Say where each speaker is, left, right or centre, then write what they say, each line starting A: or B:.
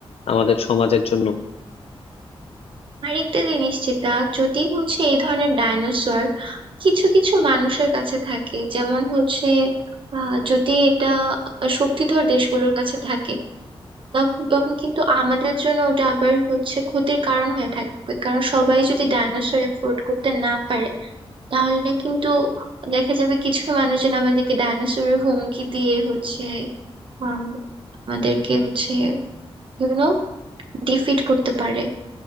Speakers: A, on the left; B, on the right.
A: আমাদের সমাজের জন্য
B: আরেকটা জিনিস যেটা যদি হচ্ছে এই ধরনের ডাইনোসর কিছু কিছু মানুষের কাছে থাকে যেমন হচ্ছে আহ, যদি এটা শক্তিধর দেশগুলোর কাছে থাকে তখন তখন কিন্তু আমাদের জন্য ওটা আবার হচ্ছে ক্ষতির কারণ হয়ে থাকবে কারণ সবাই যদি ডাইনোসর এফোর্ড করতে না পারে তাহলে কিন্তু দেখা যাবে কিছু মানুষজন আমাদেরকে ডাইনোসরের হুমকি দিয়ে হচ্ছে আম, আমাদেরকে হচ্ছে ইউনো ডিফিট করতে পারে